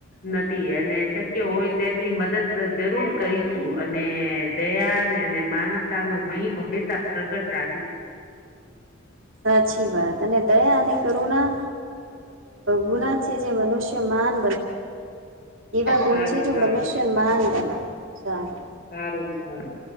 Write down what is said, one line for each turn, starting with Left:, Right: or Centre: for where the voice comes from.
Left: નથી અને શક્ય હોય તેટલી મદદ જરૂર કરીશું અને. દયા ને અને માનવતા નો જીભ હંમેશા પ્રગટ રાખી છું.
Right: સાચી વાત અને દયા અને કરુણા ગુણા છે. જે મનુષ્ય માન એવા ગુણ
Left: સારું
Right: છે જે
Left: સારું
Right: મનુષ્ય મહાન બનાવે સારું
Left: સારું સારું